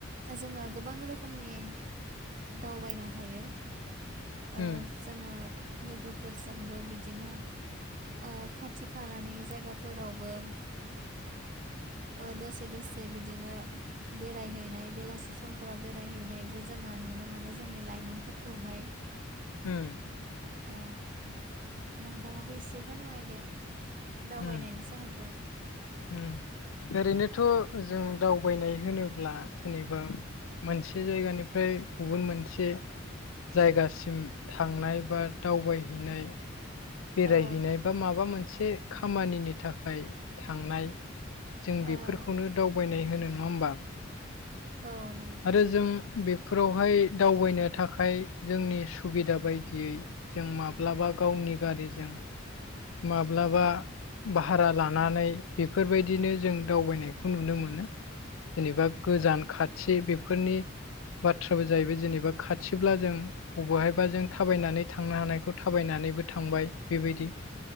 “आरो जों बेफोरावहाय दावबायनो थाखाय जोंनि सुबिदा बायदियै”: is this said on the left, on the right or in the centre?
Left